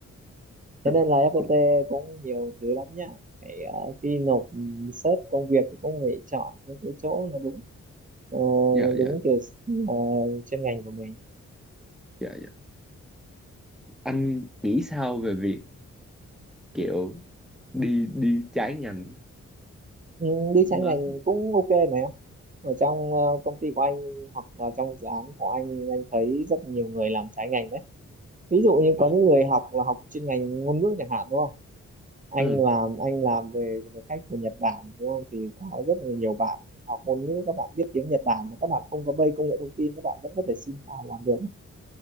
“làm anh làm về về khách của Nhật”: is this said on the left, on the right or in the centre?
Right